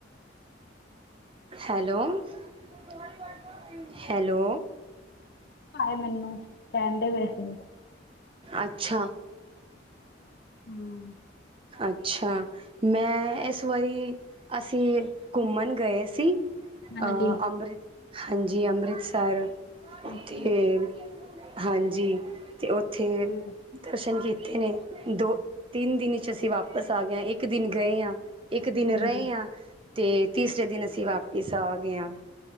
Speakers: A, on the right; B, on the left.
A: ਹੈਲੋ-ਹੈਲੋ
B: ਆਏ ਮੈਨੂੰ ਕੈਂਦੇ ਵੇ ਸੀ।
A: ਅੱਛਾ।
B: ਹੂੰ।
A: ਅੱਛਾ ਮੈਂ ਇਸ ਵਾਰੀ ਅਸੀਂ ਘੁੰਮਣ ਗਏ ਸੀ। ਅ
B: ਹਾਂਜੀ
A: ਅੰਮ੍ਰਿਤ ਹਾਂਜੀ ਅੰਮ੍ਰਿਤਸਰ
B: ਅੱਛਾ
A: ਤੇ
B: ਜੀ
A: ਹਾਂਜੀ ਤੇ ਓਥੇ
B: ਹੂੰ
A: ਦਰਸ਼ਨ ਕੀਤੇ ਨੇ। ਦੋ-ਤਿੰਨ ਦਿਨ 'ਚ ਅਸੀਂ ਵਾਪਸ ਆ ਗਿਆ ਇੱਕ ਦਿਨ ਗਏ ਆ ਇੱਕ ਦਿਨ
B: ਹਾਂਜੀ
A: ਰਏ ਆ ਤੇ ਤੀਸਰੇ ਦਿਨ ਅਸੀਂ ਵਾਪਿਸ ਆ ਗਏ ਹਾਂ